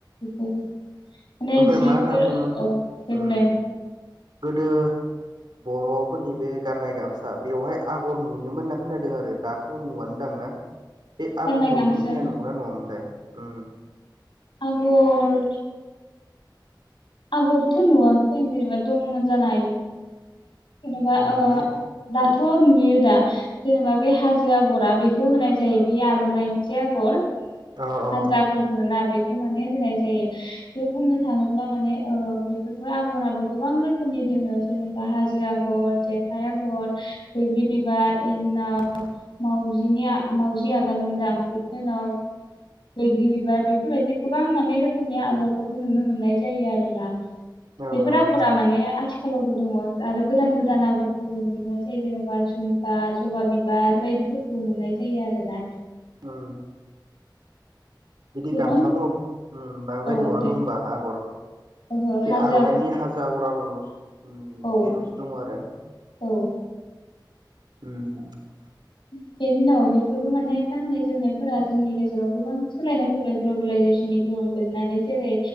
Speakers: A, on the left; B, on the right.
A: माने
B: ओमफ्राय
A: जिब
B: मा होनना
A: फोर
B: बुङो
A: औ दे
B: उम
A: बुंलाय नोंङो।
B: गोदो बर'फोरनि बे गाननाय गामसा बेवहाय आगर नुयोमोन होनना खोनादों आरो दाथ' नुआनो दां ना। बे
A: गाननाय
B: आगर नुयोमोन
A: गामसा
B: होननाया नंगौ ना नङामोन। नाथाय ओ।
A: आगर। आगरथ' नुवाखै जेनेबा दंमोन जानो हायो। जेनेबा
B: उम
A: ओ
B: माने
A: दाथ'। नुयो दा जेनेबा बे हाजो आग'रा बेखौ होनाय जायो बे आर'नाइनि जे आगर।
B: अ अ
A: हाजो आगर होनोना? बे खौ माने होनाय जायो। बे बुंनो थाङोब्ला माने औ बेफोरबो आगराबो गोबां रोखोमनि दोङो जेनेबा हाजो आगर, जेखाइ आगर, बैग्रि बिबार, बेनि उनाव मावजिनि मावजि आगान मोनदां बेनि उनाव बैग्रि बिबार बेफोरबायदि गोबां माने रोखोमनि आगरफोरखौ नुनो मोननाय जायो आरोना। बेफोर
B: औ नंगौ
A: आगरा माने आथि खालावबो दङ। आरो गोदान गोदान आगरफोरबो मोनो जै जेन'बा जुमखा जबा बिबार बायदिफोरखौ मोननाय जायो आरोना।
B: उम। बिदि
A: गोबां
B: गामसाफोराव उम बांद्राय
A: औ
B: नुवानो
A: दे
B: होनबा आगर
A: ओहो
B: बे
A: हाजो
B: आर'नाइनि
A: आगर
B: हाजो आगर उम
A: औ
B: बेल'सो दङ आरो।
A: औ
B: उम।
A: बे दिनाव बेफोरबो माने गाननाय जोमनायफोरा जोंनि गेजेराव गोबां सोलायनाय फैबाय ग्लबेलाइजेसननि गोहोम गोलैनानै जेरै